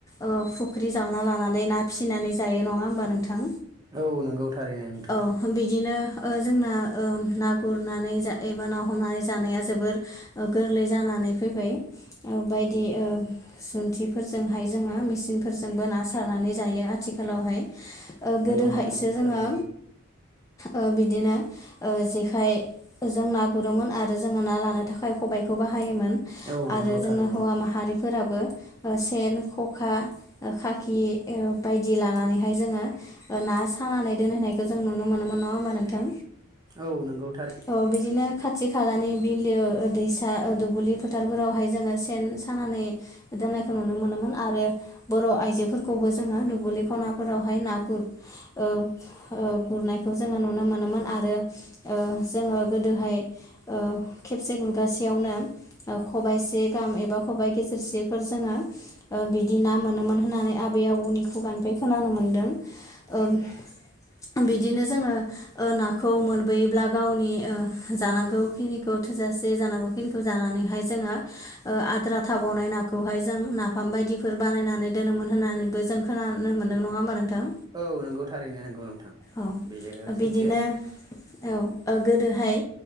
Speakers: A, on the left; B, on the right.
A: ओ फुख्रि जावनो ना लानानै ना फिसिनानै जायो नङा होमबा नोंथां?
B: औ नंगौ थारैनो नोंथां।
A: औ बिदिनो ओ जोंना ओ ना गुरनानै जा एबा ना हमनानै जानाया जोबोर गोरलै जानानै फैबाय बायदि जुन्थिफोरजोंहाय जोङो मेचिनफोरजोंबो ना सारनानै जायो आथिखालावहाय। ओ गोदोहायसो
B: नंगौ नोंथां थारैनो
A: जोङो ओ बिदिनो ओ जेखाइ जों ना गुरोमोन आरो जोङो ना लानो थाखाय खबायाइखौ बाहायोमोन
B: औ
A: आरो
B: नंगौ
A: जोंनो
B: थारैनो
A: हौवा माहारि फोराबो सेन खखा खाखि बायदि लानानैहाय जोङो ना सानानै दोनहैनायखौ जों नुनो मोनोमोन नङा होमबा नोंथां?
B: औ नोंगौ।
A: थ बिदिनो खाथि खालानि बिलो दैसा दुब्लि फोथारफोरावहाय जोङो सेन सानानै गोदोननायखौ नुनो मोनोमोन। आरो बर' आइजोफोरखौबो जोङो दुब्लि खनाफोरावहाय ना गुर ओ गुरनायखौ जोङो नुनो मोनोमोन आरो ओ जोङो गोदोहाय ओ खेबसे गुरगासेयावनो खबाइसे गाहाम एबा खबाइ गेजेरसेफोर जोङो बिदि ना मोनोमोन होननानै आबै आबौनि खुगानिफ्राय खोनानो मोन मोन्दों ओ बिदिनो जोङो ओ नाखौ मोनबोयोब्ला गावनि ओ जानांगौखिनिखौ थोजासे जानांगौखिनिखौ जानानैहाय जोङो आद्रा थाबावनाय नाखौहाय जों नाफाम बायदिफोर बानायनानै दोनोमोन होननानैबो जों खोनानो मोन्दों नङा होमबा नोंथां
B: औ नंगौ थारैनो नंगौ नोंथां
A: औ
B: बेयो
A: बिदिनो
B: सैथो।
A: औ ओ गोदोहाय